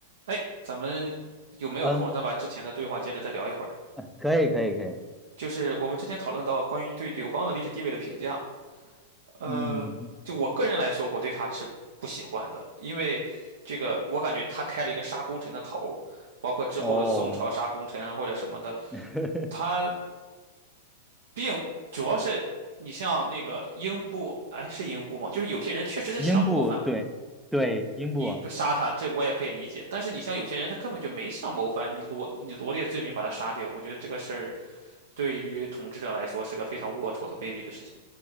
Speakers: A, on the right (about 75°); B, in the centre.
A: 哎，咱们有没有空？
B: 嗯，
A: 再把之前的对话接着再聊一会儿。
B: 可以，可以，可以。
A: 就是我们之前讨论到关于对刘邦的历史地位的评价，嗯，
B: 嗯，
A: 就我个人来说，我对他是不喜欢的，因为这个我感觉他开了一个杀功臣的头，包括之后的宋朝杀功臣或者什么的，
B: 哦，<laughs>
A: 他并主要是你像那个英布，哎，是英布吗？就是有些人确实是想谋反，
B: 英布，对，对，英布，
A: 你不杀他，这我也可以理解，但是你像有些人他根本就没想谋反，你罗你罗列罪名把他杀掉，我觉得这个事儿。对于统治者来说是个非常龌龊和卑鄙的事情。